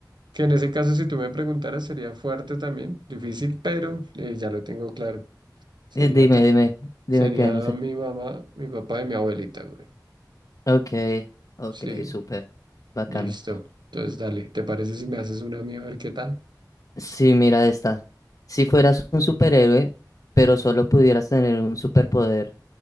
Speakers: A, on the right; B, on the left.
A: Que en ese caso, si tú me preguntaras, sería fuerte también, difícil, pero eh, ya lo tengo claro. Sería,
B: eh, dime,
A: ta-
B: dime, dime
A: sería
B: qué en ese.
A: mi mamá, mi papá y mi abuelita, güey.
B: Ok, ok,
A: Sí,
B: súper. Bacano.
A: listo. Entonces, dale, ¿te parece si me haces una a mí a ver qué tal?
B: Sí, mira esta. Si fueras un superhéroe, pero solo pudieras tener un superpoder.